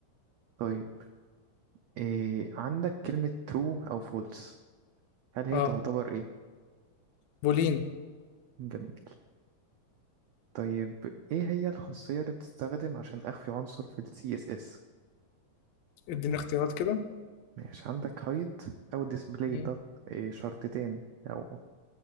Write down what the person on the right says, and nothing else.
طيب إيه عندك كلمة true أو false هل هي
تعتبر ايه؟
جميل طيب ايه هي الخاصية اللي بتستخدم عشان أخفي عنصر في ال CSS؟
ماشي عندك hide أو display
dot إيه شرطتين أو